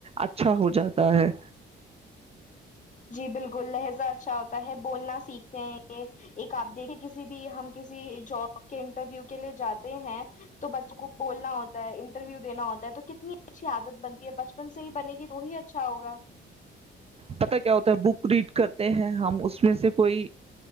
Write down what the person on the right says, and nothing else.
اچھا ہو جاتا ہے
پتا کیا ہوتا ہے بک ریڈ کرتے ہیں ہم اس میں سے کوئی